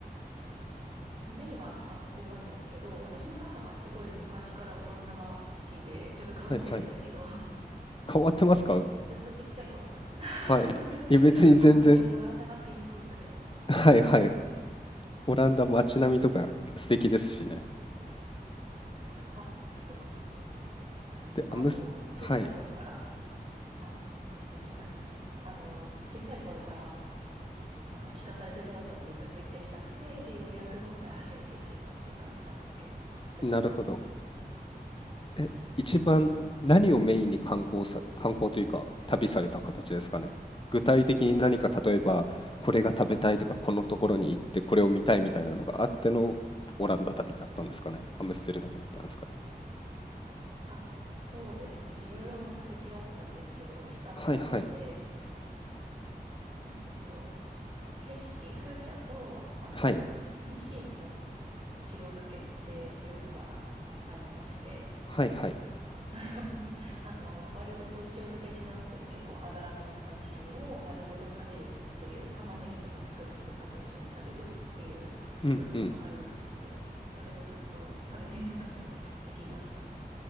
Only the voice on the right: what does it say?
とメインは観光なんですけど、私の母がすごい昔からオランダが好きで、ちょっと変わってるんですけど、
で、ずっとちっちゃい頃から。<laughs>
なんかあんまりオランダがピンポイントで、
はい、はいあ、よかったです。なんかあの、
小さい頃から、
あ、すみません、時差あります。あの、小さい頃からあの、聞かされて育ったので、ずっと行ってみたくて、で、ようやく今回初めて行けたっていう感じなんですけど、とっても良かったですね。
あ、そうですね。いろいろ目的はあったんですけど、2つあって、
うんと、景色、風車と、あと、
ニシンの塩漬けっていうのがありまして、
<laughs> それを <laughs> あの丸ごと塩漬けになってる結構脂の乗ったニシンを丸ごと食べるっていう玉ねぎとかピクルスとかと一緒に食べるっていう文化があるらしくてそれをずっと食べてみたくて
<laughs> 行きました